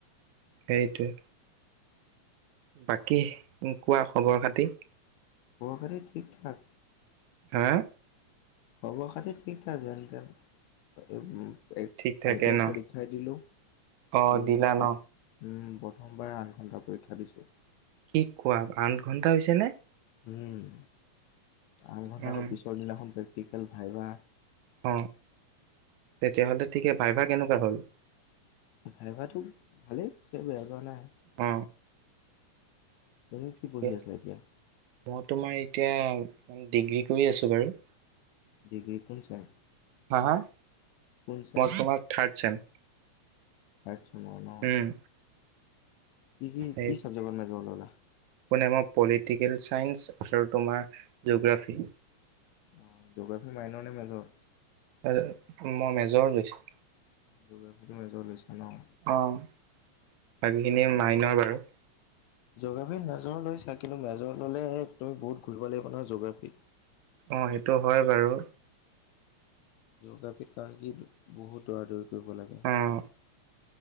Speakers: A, on the right (about 80°); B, on the left (about 80°).
A: সেইটোৱে। বাকী উম কোৱা খবৰ খাতি?
B: খবৰ -খাতি ঠিক ঠাক?
A: হা?
B: খবৰ খাতি ঠিক ঠাক যেন তেন। এ ওম, এ,
A: ঠিক থাকে
B: আই টি আই
A: ন
B: পৰীক্ষাই দিলো
A: অ
B: জীৱনত
A: দিলা
B: প
A: ন
B: উম প্ৰথমবাৰ আঠ ঘণ্টা পৰীক্ষা দিছোঁ।
A: কি কোৱা আঠ ঘণ্টা হৈছে নে?
B: উম, আঠ ঘন্টা
A: অ',
B: আকৌ পিছৰ দিনাখন প্ৰেক্টিকেল, ভাইবা
A: হ। তেতিয়া হ'লে ঠিকে ভাইভা কেনেকুৱা হ'ল?
B: ভাইভাটো ভালে হৈছে, বেয়া যোৱা নাই।
A: অ।
B: তুমি কি
A: ঠিকে,
B: পঢ়ি আছা এতিয়া?
A: মই তোমাৰ এতিয়া ডিগ্ৰী কৰি আছো বাৰু।
B: ডিগ্ৰী কোন চেম?
A: হা হা
B: কোন চেম?
A: মই তোমাৰ থাৰ্ড ছেম।
B: থাৰ্ড ছেমৰ ন?
A: উম।
B: কি কি
A: এই
B: কি চাবজেটৰ মেজৰ ল'লা?
A: কোনে মই পলিটিকেল ছাইন্স আৰু তোমাৰ জগ্ৰাফী।
B: অ জ'গ্ৰাফি মাইনৰ নে মেজৰ?
A: আ তে মই মেজৰ লৈছো।
B: জিঅ'গ্ৰাফীটো মেজৰ লৈছা ন?
A: অ বাকীখিনি মাইনৰ বাৰু।
B: জ'গ্ৰাফী মেজৰ লৈছা কিন্তু মেজৰ ল'লে তুমি বহুত পঢ়িব লাগিব নহয় জগ্ৰাফী।
A: অ সেইটো হয় বাৰু।
B: জ'গ্ৰাফী কাৰণে কি বহুত দৌৰা দৌৰি কৰিব লাগে।
A: অঁ।